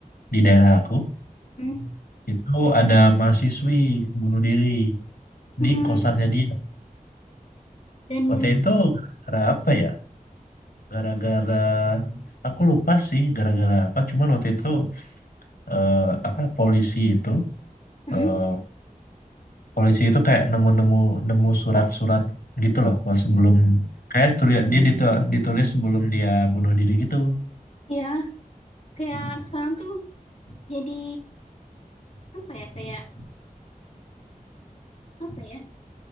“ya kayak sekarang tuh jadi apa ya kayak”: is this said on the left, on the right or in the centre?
Left